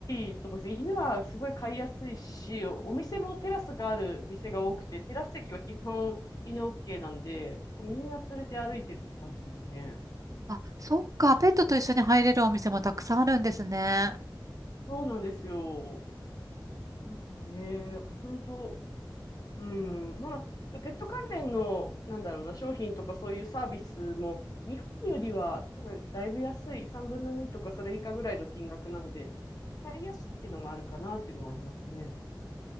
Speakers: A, on the left; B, on the right.
A: いと思います。犬はすごい飼いやすいし、お店もテラスがある店が多くて、テラス席は基本犬 OK なんで、結構みんな連れて歩いてるって感じですね。
B: あ、そっか。ペットと一緒に入れるお店もたくさんあるんですね。
A: そうなんですよ。だからね、本当うん、まあ、そうペット関連の、なんだろうな、商品とかそういうサービスも、日本よりは多分だいぶ安い、3分の2とかそれ以下ぐらいの金額なんで、買いやすいっていうのもあるかなっていうのはありますね。